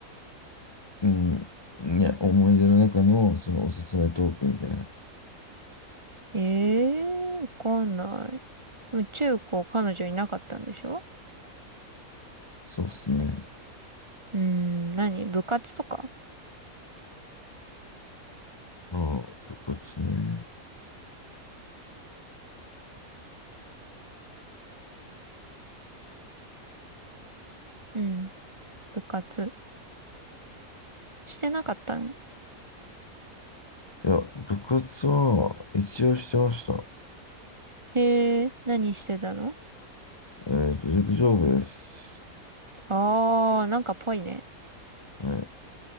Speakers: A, on the left; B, on the right.
A: うん。いや、思い出の中の、そのおすすめトークみたいな。
B: ええー、わかんない。でも中高彼女いなかったんでしょ
A: そうですね。
B: うーん、何部活とか
A: ああ、部活ね。
B: うん。部活。してなかったん
A: いや、部活は一応してました。
B: えー、何してたの
A: えっと、陸上部です。
B: あー、なんかぽいね。
A: はい。